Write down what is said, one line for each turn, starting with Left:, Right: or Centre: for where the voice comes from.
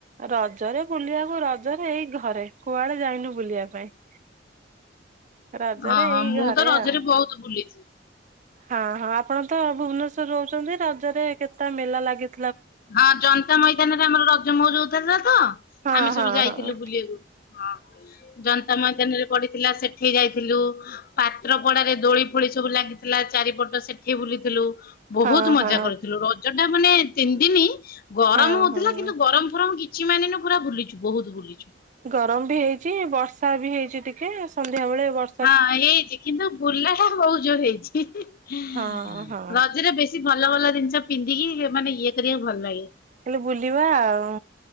Right: ରଜରେ ବୁଲିବାକୁ ରଜରେ ଏଇ ଘରେ କୁଆଡେ ଯାଇନୁ ବୁଲିବା ପାଇଁ। ରଜରେ
Left: ଅଁ ହଁ
Right: ଏଇ
Left: ମୁଁ
Right: ଘରେ
Left: ତ ରଜରେ
Right: ଆଉ।
Left: ବହୁତ ଭୁଲିଚି।
Right: ହଁ ହଁ ଆପଣ ତ ଭୁବନେଶ୍ୱରରେ ରହୁଛନ୍ତି ରଜରେ କେତେ ମେଲା ଲାଗି
Left: ହଁ ଜନତା ମଇଦାନରେ ଆମର ରଜ ମଉଜ ହଉଥିଲା ତ
Right: ହଁ
Left: ଆମେ ସବୁ
Right: ହଁ
Left: ଯାଇଥିଲୁ
Right: ହଁ
Left: ବୁଲିବାକୁ ହଁ ଜନତା ମଇଦାନରେ ପଡିଥିଲା ସେଠି ଯାଇଥିଲୁ ପାତ୍ରପଡାରେ ଦୋଳି ଫୋଳି ସବୁ ଲାଗିଥିଲା ଚାରିପଟ ସେଠି ବୁଲିଥିଲୁ। ବହୁତ
Right: ହଁ
Left: ମଜା
Right: ହଁ
Left: କରୁଥିଲୁ ରଜଟା ମାନେ ତିନି ଦିନ ଗରମ
Right: ହଁ
Left: ହଉଥିଲା
Right: ହଁ।
Left: କିନ୍ତୁ ଗରମ ଫରମ କି ଚି ମାନିନୁ ପୁରା ବୁଲିଚୁ ବହୁତ ବୁଲିଚୁ।
Right: ଗରମ ବି ହେଇଚି ବର୍ଷା ବି ହେଇଚି ଟିକେ ସନ୍ଧ୍ୟା ବେଳେ ବ
Left: ହଁ ହେଇଛି କିନ୍ତୁ ବୁଲା ଟା ବହୁ ଜୋରେ ହେଇଚି
Right: ହଁ ହଁ
Left: ରଜରେ ବେ କିଛି ଭଲ ଭଲ ଜିନିଷ ପିନ୍ଧିକି ସେ ମାନେ ଇଏ କରିବାକୁ ଭଲ ଲାଗେ।
Right: ହେଲେ ବୁଲିବା ଆଉ